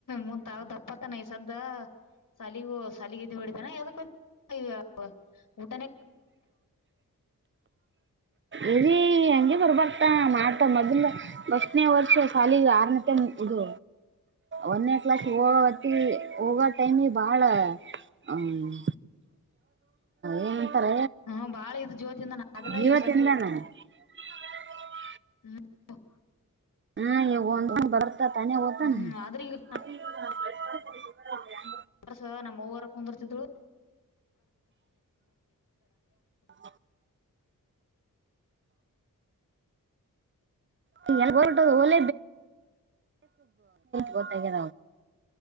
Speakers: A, on the left (about 60°); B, on the right (about 35°).
A: ಮುತ್ಾವ ದಪ್ಪತಾನ ಈ ಸದ್ದ ಸಲಗೂ ಸಲಗ ಇದ ಬಿಡ ಅ
B: ಇೀ ಹೆಂಗೆ ಬರ್ಬತ ಮಾ ಮೊದ್ಲ ಎಷ್ಟನೇ ವರ್ಷ ಶಾಲಿಗೆ ಆರನಟ ಇದು ಒನ್ೇ ಕ್ಲಾಸ್ ಹೋಗವತ್ತ ಹೋಗೋ ಟೈಮಿ ಬಾಳ ಹ್ಮ್ ಏನ್ಂತಾರ
A: ಹಾ ಬಾಳ ಇದು ಜೋತಿಂದ ಆದ್ರ
B: ಜೀವ
A: ಈ
B: ತಿಂದಾನ ಹ
A: ಹ್ಮ
B: ಹ್ಮ್ ಈವ ಒಂದ ಬ ತ
A: ಹ್ಮ್ ಆದ್ರ ಈಗ ಸ ನಮ್ಮ ಹವರ ಕುಂದರ್ತಿದ್ಳು
B: <inaudible> ಹೊ ಒ ಗೊತ್ತ್ಯವ